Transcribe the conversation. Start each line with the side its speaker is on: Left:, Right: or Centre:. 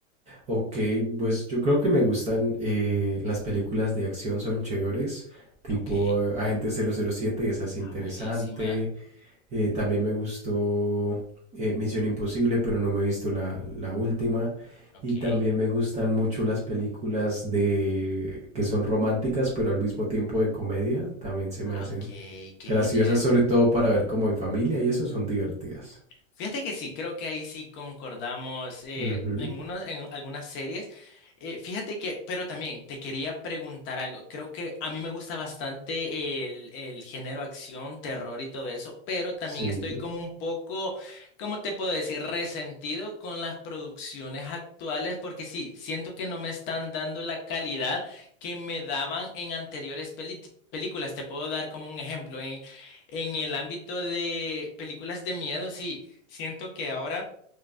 Right: Ok, pues yo creo que me gustan eh, las películas de acción, son chéveres, tipo
Left: Ok,
Right: eh, Agente 007, esa es
Left: ah,
Right: interesante.
Left: buenísima.
Right: eh, también me gustó eh, Misión Imposible, pero no me he visto la, la última.
Left: Ok,
Right: Y también me gustan mucho las películas de que son románticas, pero al mismo tiempo de comedia, también se me
Left: ah,
Right: hacen
Left: ok, qué
Right: graciosas,
Left: genial.
Right: sobre todo para ver como en familia, y eso son divertidas.
Left: Fíjate que sí, creo que ahí sí concordamos eh,
Right: Ujú,
Left: en unos, en algunas series. Eh, fíjate que, pero también te quería preguntar algo. Creo que a mí me gusta bastante el, el género acción, terror y todo eso, pero también
Right: Sí.
Left: estoy como un poco, ¿cómo te puedo decir? Resentido con las producciones actuales porque sí, siento que no me están dando la calidad que me daban en anteriores peli- películas. Te puedo dar como un ejemplo. En, en el ámbito de películas de miedo, sí. Siento que ahora